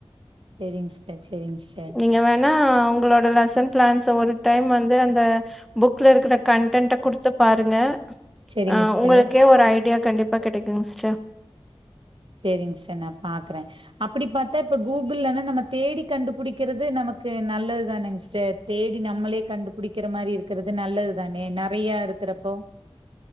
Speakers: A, on the right; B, in the centre.
A: சேரிங்க சிஸ்டர் சேரிங்க சிஸ்டர்
B: நீங்க வேணா உங்களோட லெசன் பிளான்ஸ் ஒரு டைம் வந்து அந்த புக்ல இருக்க கண்டென்ட குடுத்து பாருங்க
A: செரிங்க
B: அ
A: சிஸ்டர்
B: உங்களுக்கே ஒரு ஐடியா கண்டிப்பா கிடைக்குங்க சிஸ்டர்
A: சேரிங்க சிஸ்டர் நா பாக்குறே அப்டி பாத்தா இப்ப கூகுள்னா நம்ம தேடி கண்டுபிடிக்கிறது நமக்கு நல்லதுதானங்க சிஸ்டர் தேடி நம்மளே கண்டுபிடிக்கிற மாரி இருக்கிறது நல்லது தானே நெறையா இருக்கிறப்போ